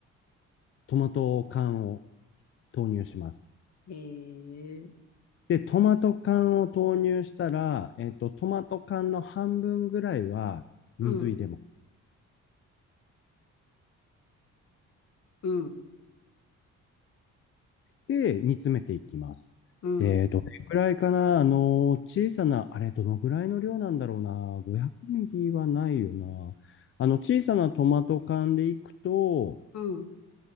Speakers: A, on the left; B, on the left.
A: トマト缶を投入します。
B: へえ。
A: で、トマト缶を投入したら、えっと、トマト缶の半分ぐらいは水入れます。
B: うん、うん、
A: で、煮詰めていきます。
B: うん、
A: で、どれくらいかな、あの、小さな、あれ、どのぐらいの量なんだろうな、500ミリはないよな。あの、小さなトマト缶でいくと、
B: うん、